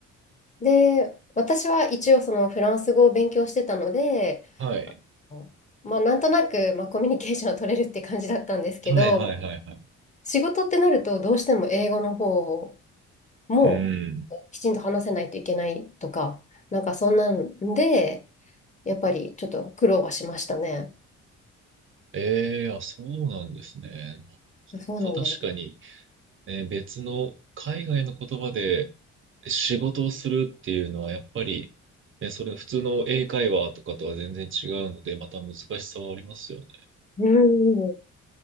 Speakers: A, on the left; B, on the right.
A: で、私は一応そのフランス語を勉強してたので、
B: はい。
A: あのまあなんとなく、まあ、コミュニケーションは取れるって感じだったんですけど、
B: はいはいはいはい。
A: 仕事ってなるとどうしても英語の方もうきちんと話せないといけないとか、
B: うん。
A: なんかそんなんで、やっぱりちょっと苦労はしましたね。
B: ええあ、そうなんですね。
A: そうなんです。
B: まあ確かに、えー別の海外の言葉で仕事をするっていうのは、やっぱり、ね、それ普通の英会話とかとは全然違うので、また難しさはありますよね。
A: うん。